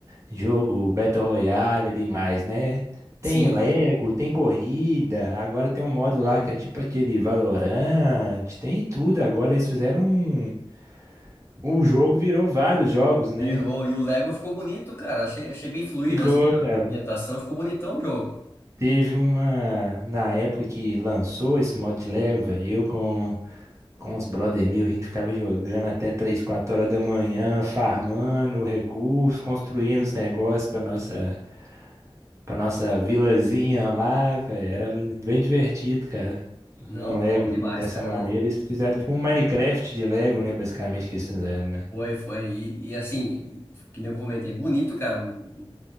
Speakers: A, on the right; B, on the left.
A: Jogo Battle Royale ali mais, né? Tem
B: Sim,
A: Lego, tem corrida, agora tem um modo lá que é tipo aquele Valorant, tem tudo. Agora eles fizeram um. O jogo virou vários jogos, né?
B: virou. E o Lego ficou bonito, cara, achei, achei bem fluido,
A: Ficou,
B: assim,
A: cara.
B: a ambientação, ficou bonitão o jogo.
A: Teve uma. Na época que lançou esse modo de Lego, velho, eu com, com os brother meu, a gente ficava jogando até 3 4 horas da manhã, farmando recursos, construindo os negócios pra nossa pra nossa vilazinha lá, velho. Era bem divertido, cara.
B: Não,
A: Um Lego
B: top demais,
A: dessa
B: cara.
A: maneira.
B: Ô,
A: Eles fizeram tipo um Minecraft de Lego, né? Basicamente que eles fizeram, né?
B: Foi, foi. E, e assim, que nem eu comentei, bonito, cara, o, o